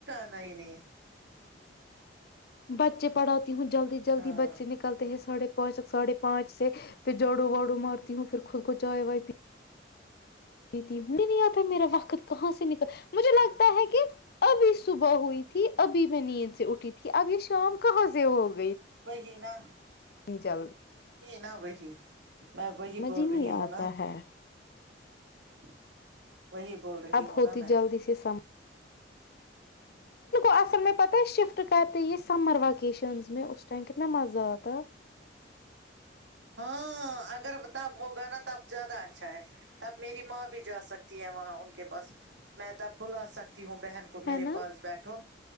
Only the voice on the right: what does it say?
نہیں نہیں ہے
ہاں
وہگینا ہ
نہا ہو وہ ہی میں وہی بول
رہی ہوں
نا
<inaudible> رہی
ہوں
نا میں
ہاں اگر تب ہوگا نا تب زیادہ اچھا ہے تب میری ماں بھی جا سکتی ہے وہاں ان کے پاس میں تب بلا سک تی ہوں بہن کو
میرے
پاس بیٹھو